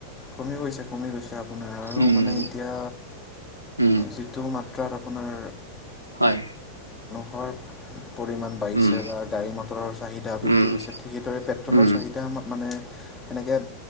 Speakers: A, on the left; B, on the right.
A: কমি গৈছে কমি গৈছে আপোনাৰ আৰু
B: উম
A: মানে এতিয়া
B: উম
A: যিটো মাত্ৰাত আপোনাৰ
B: হয়
A: ঘৰ পৰিমাণ বাঢ়িছে
B: উম
A: বা গাড়ী মটৰৰ চাহিদা বৃদ্ধি
B: উম
A: পাইছে ঠিক সেইদৰে পেট্ৰলৰ
B: উম
A: চাহিদা মানে তেনেকে